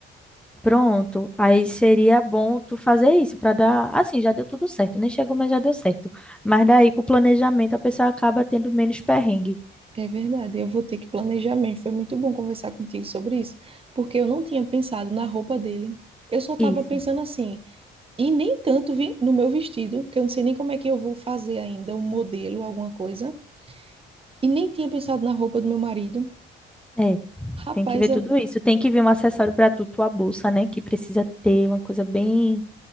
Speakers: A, in the centre; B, on the right (about 30°).
A: Pronto. Aí seria bom tu fazer isso para dar, assim, já deu tudo certo. Nem chegou, mas já deu certo. Mas daí com o planejamento a pessoa acaba tendo menos perrengue.
B: É verdade, eu vou ter que planejar mesmo. Foi muito bom conversar contigo sobre isso, porque eu não tinha pensado na roupa dele. Eu só estava
A: Isso.
B: pensando assim, e nem tanto vi no meu vestido, que eu não sei nem como é que eu vou fazer ainda, um modelo, alguma coisa. E nem tinha pensado na roupa do meu marido.
A: É,
B: Rapaz,
A: tem que ver tudo
B: eu
A: isso. Tem que ver um acessório para tu, tua bolsa, né? Que precisa ter uma coisa bem